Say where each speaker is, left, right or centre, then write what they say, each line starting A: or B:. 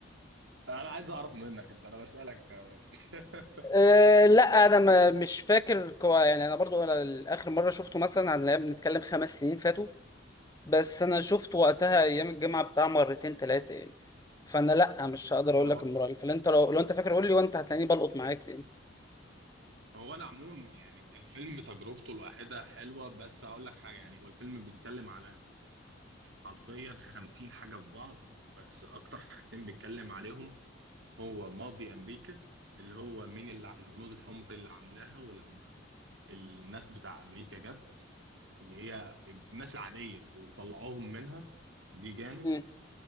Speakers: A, on the right; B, on the left.
A: انا عايز اعرف منك انت انا بسالك يا باشا
B: أه لا انا ما مش فاكر كوا يعني انا برضو انا اخر مره شفته مثلا عن بنتكلم خمس سنين فاتوا بس انا شفت وقتها ايام الجامعه بتاع مرتين ثلاثه يعني فانا لا مش هقدر اقول
A: <laughs> انا بقى
B: لك المره اللي فاتت. انت لو لو انت فاكر قول لي وانت هتلاقيني بلقط معاك يعني
A: هو انا عموما يعني الفيلم تجربته الواحده حلوه بس هقول لك حاجه يعني هو الفيلم بيتكلم على حرفيا 50 حاجه في بعض بس اكتر حاجتين بيتكلم عليهم هو ماضي امريكا اللي هو من الع- الهنود الحمر اللي عاملاها ولما الناس بتاع امريكا جت اللي هي الناس العاديه وطلعوهم منها دي جانب
B: مم.